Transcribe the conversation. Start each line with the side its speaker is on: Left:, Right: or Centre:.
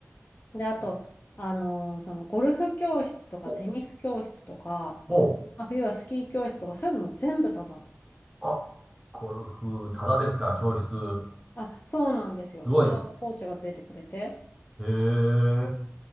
Left: で、あと、
Centre: う
Left: あのーそのゴルフ教室とかテニス教室とか、
Centre: お、おう。
Left: まあ、冬はスキー教室とか、そういうのも全部タダ。
Centre: あ、ゴルフ、ただですか、教室。
Left: あ、そうなんですよ。
Centre: すごい。
Left: ちゃんとコーチがついてくれて。
Centre: へえ。